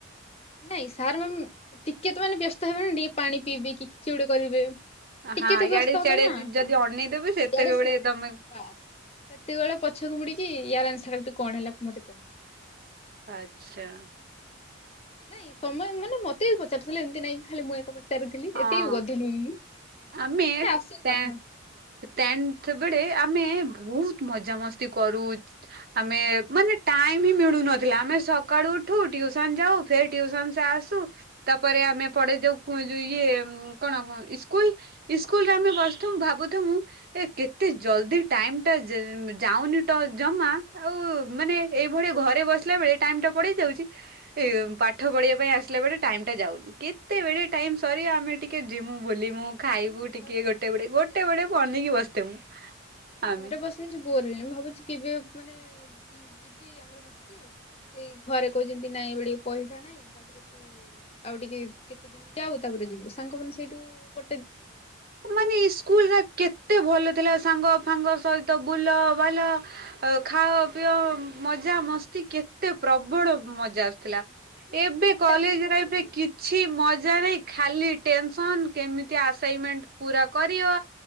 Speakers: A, on the left (about 30°); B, on the right (about 45°).
A: ନାଇଁ ସାର୍ ମ୍ ଟିକେ ତ ମାନେ ବ୍ୟସ୍ତ ହେବେ ନା ଟିକେ ପାଣି ପିଇବେ କି କିଛି ଗୋଟେ କରିବେ। ଟିକେ
B: ହଁ
A: ତ
B: ଇଆଡେ
A: ବ୍ୟସ୍ତ ହେବେ
B: ସିଆଡେ
A: ନା
B: ଯଦି ଅନେଇଦେବେ ସେତେବେଳେ
A: ୟାଡେସେ
B: ତମେ
A: ବାସ୍। ସେତିକଏଳେ ପଛକୁ ମୁଡିକି ୟାର ଆନ୍ସରା କଣ ହେଲା ତୁ ମତେ କହ?
B: ଆଚ୍ଛା।
A: ନାଇଁ ସମୟ ମାନେ ମତେ ବି ପଚାରୁଥିଲେ ଏମିତି ନାଇଁ କି ଖାଲି ମୁଁ ଏକା ପଚା ଚାରୁଥିଲି
B: ହଁ
A: ଏତିକି ଗଧ ନୁହେଁ ମୁଁ।
B: ଆମେ
A: ମାନେ ଆସେ
B: ଟେ
A: କଥା
B: ଟେନ୍‌ଥ୍ ବେଳେ ଆମେ ବହୁତ ମଜାମସ୍ତି କରୁ ଆମେ ମାନେ ଟାଇମ ହିଁ ମିଡୁ ନଥିଲା। ଆମେ ସକାଡୁ ଉଠୁ ଟ୍ୟୁସନ ଯାଉ ଫେର ଟ୍ୟୁସନ ସେ ଆସୁ ତାପରେ ଆମେ ପଢେଇ ଯାଉ ପୁ ଇଏ ଉଁ କଣ ଇସ୍ କୁଲ ସ୍କୁଲରେ ଆମେ ବସଥୁ ଭାବୁୁମୁ ଏ କେତେ ଜଲଦି ଟାଇମ ଟା ଯା ଆଉ ନିଟ ଜମା ଆଉ ମାନେ ଏଇଭଳିଆ ଘରେ ବସିଲା ବେଳେ ଟାଇମ ଟା ପଡେଇ ଯାଉଛି। ଏ
A: ହୁଁ
B: ପାଠ ପଢିବା ବେ ଆସିଲା ବରେ ଟାଇମ୍ ଟା ଯାଉନି କେତେବେଳେ ଟାଇମ୍ ସରିବ ଆମେ ଟିକେ ଯୁମୁ ବୋଲି ମୁଁ। ଖାଇବୁ
A: ମୁଁ
B: ଟିକେ
A: ଘରେ
B: ଗୋଟେ ବେଳେ ଗୋଟେ
A: ସେଇ
B: ବେଳେ
A: ବା
B: କୁ ଅନେଇକି ବସିଥିମୁ
A: ମୁଁ
B: ଆମେ।
A: ଘରେ ବସି ବସି ବୋର ହେଲିଣି ମୁଁ ଭାବୁଛି କେବେ ମାନେ ଯିବି ଆମର ହଷ୍ଟେଲ୍। ସେଇ ଘରେ କହୁଛନ୍ତି ନାଇଁ ବଡି ପଇସା ନାଇଁ ତାପରେ ତୁ ଆଉ ଟିକେ କେତେ ଦିନ ଯାଉ ତା ପରେ ଏବେ ଯିବୁ ସାଙ୍ଗମାନେ ସେଇଠୁ ଗୋ
B: ମାନେ ସ୍କୁଲ ରା କେତେ ଭଲ ଥିଲା। ସାଙ୍ଗ ଫାଙ୍ଗ ସହିତ ବୁଲ ବାଲ ଖାଅ ପିଅ ମଜା ମସ୍ତି କେ ତେ ପ୍ରବଳ ମଜା ଆସୁଥିଲା।
A: ହଁ
B: ଏବେ
A: ସ୍କୁଲ
B: କଲେଜ
A: ଲାଇଫ ଟା ସବୁଠୁ
B: ଲାଇଫରେ
A: ବଢିଆ
B: କିଛି ମଜା ନାଇଁ ଖାଲି ଟେନ୍ସନ କେମିତି ଆସାଇମେଣ୍ଟ ପୁରା କରିବ